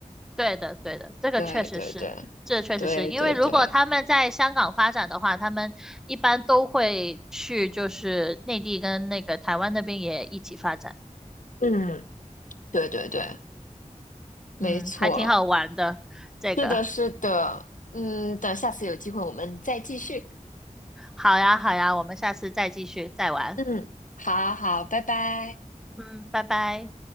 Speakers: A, in the centre; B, on the left.
A: 对的，对的，这个确实是，
B: 对对对，
A: 这确实是因为如果他们在香港发展的话，
B: 对对对，
A: 他们一般都会去就是内地跟那个台湾那边也一起发展。
B: 嗯，对对对，没错。
A: 嗯，还挺好玩的，这个。
B: 是的，是的，嗯，等下次有机会我们再继续。
A: 好呀，好呀，我们下次再继续再玩。
B: 嗯，好好，拜拜。
A: 嗯，拜拜。